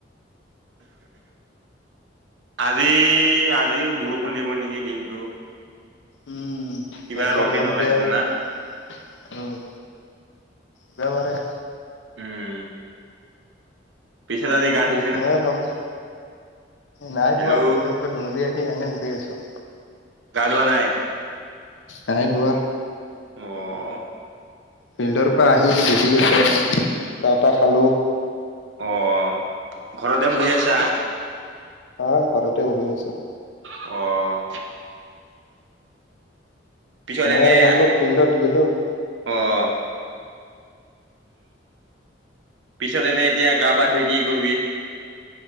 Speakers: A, on the right; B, on the left.
A: আজি, আজিও বৰষুণ দিব নেকি দিনটো।
B: উম
A: কিবা
B: একবাৰ
A: ৰ'টেন
B: ৰ'দ
A: ওলাইচোন
B: দে। উম,
A: না
B: দিবাপাৰে।
A: উম। পিছত আজি গা ধু
B: হয় <unintelligible> নাই
A: হেল্ল'
B: ধোৱা, ফিল্ডৰ পৰা দৌৰি আহি এনে বহি আছো।
A: গা ধুৱা নাই?
B: নাই ধোৱা।
A: অ'।
B: ফিল্ডৰ পৰা আহি বহি আছোঁ এনেই, চাহ তাহ খালো।
A: অ'। ঘৰতে বহি আছা?
B: অ' ঘৰতে বহি আছো।
A: অ'। পিছত
B: মই
A: এনে
B: আৰু ভাবিলো ফিল্ডত গেলো।
A: অ'। পিছত এনে এতিয়া গা পা ধুই কি কৰবি?